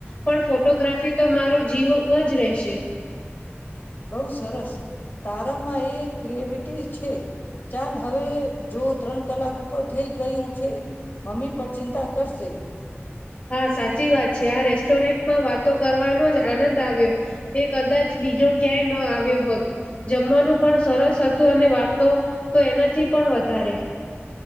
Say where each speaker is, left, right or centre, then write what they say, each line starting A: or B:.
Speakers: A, on the left (about 35°); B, on the left (about 50°).
A: પણ ફોટોગ્રાફી તો મારો જીવ જ રહેશે.
B: બહુ સરસ તારામાં એ ક્રિએવિટી છે ચાલ હવે જો ત્રણ કલાક ઉપર થઈ ગયું છે મમ્મી પર ચિંતા કરશે.
A: હા સાચી વાત છે આ રેસ્ટોરન્ટમાં વાતો કરવાનો જ આનંદ આવ્યો એ કદાચ બીજો ક્યાંય ન આવ્યો હોત જમવાનું પણ સરસ હતું અને વાતો તો એનાથી પણ વધારે.